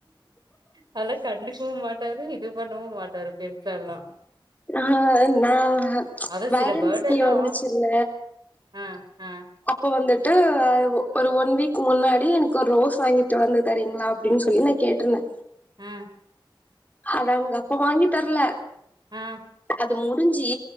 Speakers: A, on the right; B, on the left.
A: அதெல்லா கண்டுக்கவு மாட்டாரு இது பண்ணவு மாட்டாரு பெருசா எல்லா
B: நா நா
A: அத
B: வேலன்டன்ஸ்
A: சில பேர்டெல்லாம்
B: டே வந்துச்சுல
A: ஆ ஆ
B: அப்போ வந்துட்டு ஒரு ஒன் வீக் முன்னாடி எனக்கு ஒரு ரோஸ் வாங்கிட்டு வந்து தரீங்களா அப்டின்னு சொல்லி நா கேட்ருந்தே
A: ஆ
B: ஆனா அவுங்க அப்ப வாங்கி தர்ல
A: ஆ
B: அது முடிஞ்சி